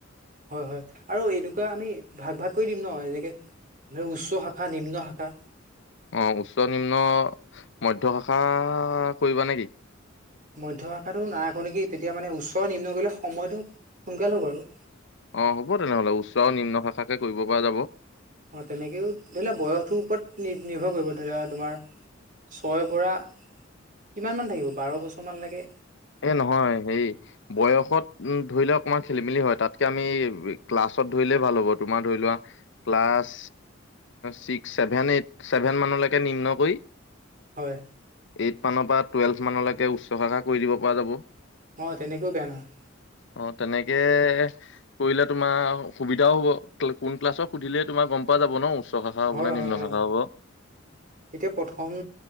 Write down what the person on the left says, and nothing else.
অ উচ্চ নিম্ন মধ্য শাখা কৰিব নেকি
অ হ'ব তেনেহ'লে উচ্চ আৰু নিম্ন শাখাকে কৰিব পৰা যাব
এ নহয় হেৰি বয়সত ধৰি লোৱা অকণমান খেলি মেলি হয় তাতকে আমি ক্লাছত ধৰিলে ভাল হ'ব তোমাৰ ধৰি লোৱা class six seven eight seven মানলৈকে নিম্ন কৰি
এইট মানৰ পৰা টুৱেলভ মানলৈকে উচ্চ শাখা কৰি দিব পৰা যাব
অ তেনেকে কৰিলে তোমাৰ সুবিধাও হ'ব কোন ক্লাছক সুধিলে তোমাৰ গম পোৱা যাব ন উচ্চ শাখা
হব নে
নিম্ন শাখা
হ'ব